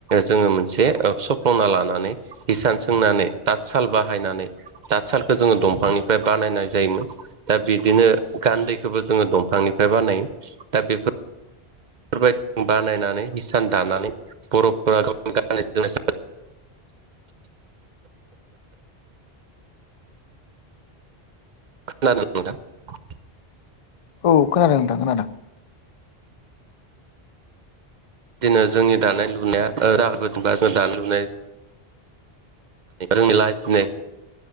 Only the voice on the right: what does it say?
जोङो मोनसे ओ <unintelligible> सफ्लंना लानानै हिसान सोंनानै थातसााल बाहायनानै थातसाालखौ जोङो दंफांनिफ्राय बानाय नायनाय जायोमोन दा बिदिनो गान्दैखोबो जोङो दंफांनिफ्राय बानायो दा बेफोर बेफोरबायदि बानायनानै हिसान दानानै बर'फोरा गावनि गान्नाय जोमनाय खोनादों <unintelligible>
बिदिनो जोंनि दानाय लुनाया ओ <unintelligible> दानाय लुनाय रोङि लाजिनाय